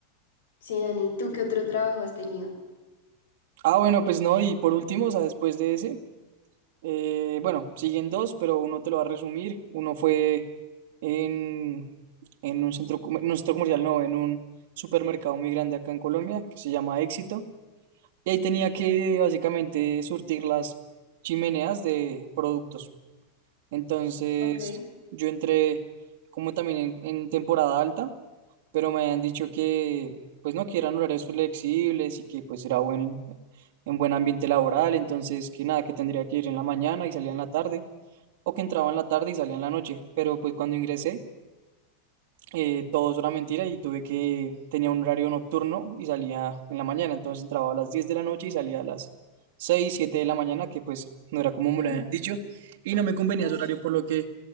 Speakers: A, on the left (about 75°); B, on the right (about 60°).
A: Sí, Dani, ¿tú qué otro trabajo has tenido?
B: Ah, bueno, pues no, y por último, o sea, después de ese, eh, bueno, siguen dos, pero uno te lo va a resumir. Uno fue en, en un centro, comer- no, centro comercial, no, en un supermercado muy grande acá en Colombia, que se llama Éxito, y ahí tenía
A: Ok,
B: que básicamente surtir las chimeneas de productos. Entonces,
A: ok.
B: yo entré como también en, en temporada alta, pero me habían dicho que, pues no, que eran horarios flexibles y que pues era buen, en buen ambiente laboral, entonces que nada, que tendría que ir en la mañana y salía en la tarde, o que entraba en la tarde y salía en la noche, pero pues cuando ingresé eh, todo eso era mentira y tuve que, tenía un horario nocturno y salía en la mañana, entonces entraba a las 10 de la noche y salía a las 6 7 de la mañana, que pues no era como me
A: Mm,
B: lo habían dicho, y no me
A: <clears throat>
B: convenía
A: Pues,
B: ese horario por lo que